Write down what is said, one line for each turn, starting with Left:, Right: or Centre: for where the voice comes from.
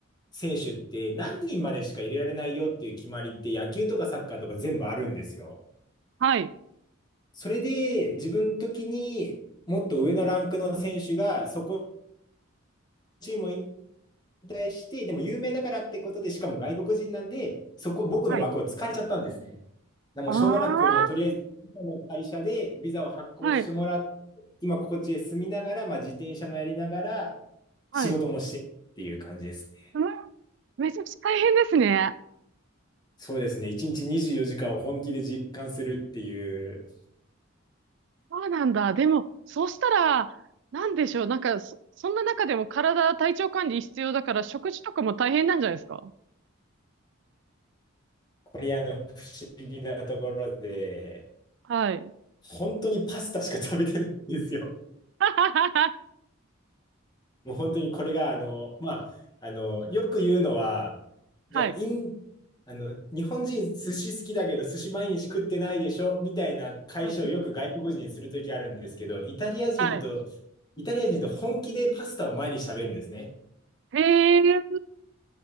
Left: 選手って何人までしか入れられないよっていう決まりって野球とかサッカーとか全部あるんですよ。
Right: はい。
Left: それで自分の時にもっと上のランクの選手がそこのチームを引退して、でも有名だからってことで、しかも外国人なんで、そこ僕の枠を突かれちゃったんですね。
Right: はい。
Left: でもうしょうがなく、
Right: ああ、
Left: もうとりあえず今の会社でビザを発行してもらって、
Right: はい。
Left: 今こっちで住みながら、まあ、自転車もやりながら
Right: はい。
Left: 仕事もしてっていう感じですね。
Right: うん。めちゃくちゃ大変ですね。
Left: そうですね。一日24時間を本気で実感するっていう、
Right: そうなんだ。でも、そうしたら、なんでしょう。なんか、そ、そんな中でも体、体調管理必要だから、食事とかも大変なんじゃないですか
Left: コリアの不思議なところで、
Right: はい。
Left: 本当にパスタしか食べてないんですよ。
Right: <laughs>
Left: もう本当にこれが、あの、まあ、あの、よく言うのは、じゃあ、
Right: はい。
Left: イン、あの、日本人寿司好きだけど寿司毎日食ってないでしょみたいな会社をよく外国人にするときあるんですけど、
Right: うんうん
Left: イタリア人と、
Right: はい。
Left: イタリア人と本気でパスタを毎日食べるんですね。
Right: へえ。